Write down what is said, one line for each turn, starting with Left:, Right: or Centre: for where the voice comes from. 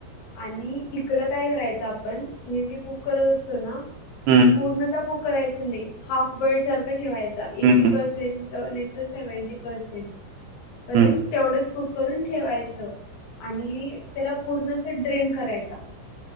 Left: आणि इकडं काय करायचं आपण हे जे कुक करत असतो ना
Right: हं.
Left: पूर्ण कुक करायच नाही हाफ बइड सारख ठेवायचा एटी
Right: हं, हं.
Left: पसेंट सेवनटी पसेंट पयंत
Right: हं.
Left: तेवढंच कुक करून ठेवायचं आणि त्याला पूर्ण अस ड्रेन करायचा.